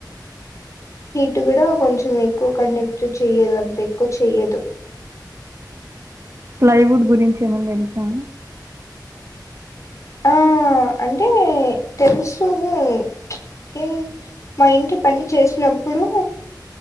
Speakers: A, on the left; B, on the right.
A: హీట్ కూడా కొంచెం ఎక్కువ కండెక్ట్ చెయ్యదు అంత ఎక్కువ చెయ్యదు
B: ప్లైవుడ్ గురించి ఏమన్నా తెలుసా
A: ఆ అంటే తెలుసు అంటే మా ఇంటి పని చేసినప్పుడు